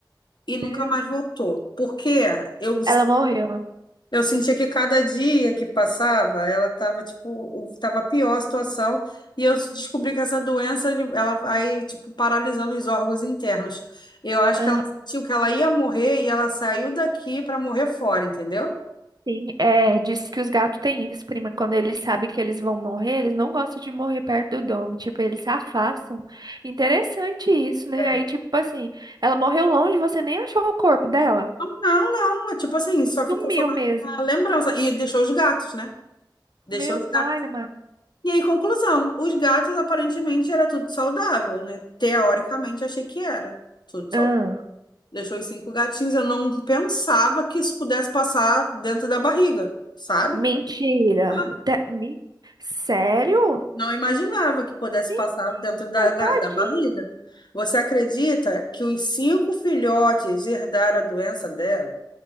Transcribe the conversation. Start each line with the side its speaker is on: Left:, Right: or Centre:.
Left: e
Right: Meu,
Left: nunca mais
Right: Deus.
Left: voltou. Porque eu
Right: ela morreu.
Left: Eu sentia que cada dia que passava, ela tava, tipo, o- tava pior a situação, e eu descobri que essa doença, ele- ela vai, tipo, paralisando os órgãos internos. Eu acho
Right: Aham,
Left: que ela sentiu que ela ia morrer e ela saiu daqui para morrer fora, entendeu?
Right: sim. É, diz que os gatos têm isso, prima. Quando eles sabem que eles vão morrer, eles não gostam de morrer perto do domo. Tipo, eles se afastam. Interessante isso, né?
Left: É.
Right: Aí, tipo assim, ela morreu longe, você nem achou o corpo dela.
Left: Não, não, é tipo assim, só ficou
Right: Sumiu
Left: só na
Right: mesmo.
Left: na lembrança, e deixou os gatos, né? Deixou
Right: Meu
Left: os
Right: pai,
Left: gatos.
Right: amado.
Left: E aí, conclusão, os gatos aparentemente era tudo saudável, né? Teoricamente, achei que era tudo
Right: Ah,
Left: saudável. Deixou os cinco gatinhos. Eu não pensava que isso pudesse passar dentro da barriga, sabe?
Right: mentira.
Left: Ah,
Right: Te- me- Sério?
Left: não imaginava que pudesse
Right: Menina,
Left: passar dentro da, ga-
Right: tadinho.
Left: da barriga. Você acredita que os cinco filhotes herdaram a doença dela?